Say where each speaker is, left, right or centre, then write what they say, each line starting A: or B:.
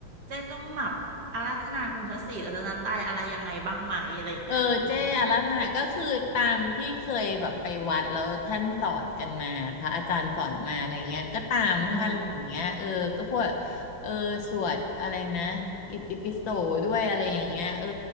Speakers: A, on the right; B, on the left.
A: เจ้ต้องแบบอาราธนาคุณพระศรีรัตนตรัยอะไรยังไงบ้างไหมอะไรอย่างเงี้ยอืม
B: เออเจ้อาราธนาก็คือตามที่เคยแบบไปวัดแล้วท่านสอนกันมา พระอาจารย์สอนมาอะไรเงี้ยก็ตามท่านอะไรอย่างเงี้ยเออก็พวก
A: อืม
B: เออสวดอะไรนะอิติปิโสด้วยอะไรอย่างเงี้ยเออ